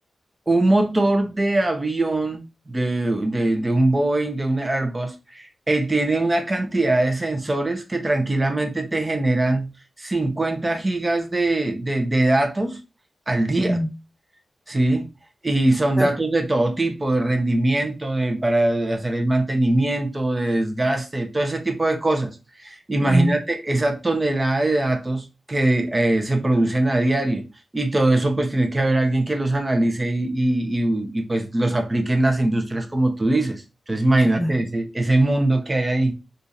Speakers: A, on the right (about 30°); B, in the centre.
A: un motor de avión, de, de, de un Boeing, de un Airbus, eh, tiene una cantidad de sensores que tranquilamente te generan 50 gigas de, de de datos al día.
B: mm,
A: Sí, y son
B: Claro.
A: datos de todo tipo, de rendimiento, de, para hacer el mantenimiento, de desgaste, todo ese tipo de cosas. Imagínate
B: Mm,
A: esa tonelada de datos que eh, se producen a diario y todo eso pues tiene que haber alguien que los analice y, y- y- y, pues los aplique en las industrias como tú dices. Entonces imagínate
B: claro.
A: ese, ese mundo que hay ahí.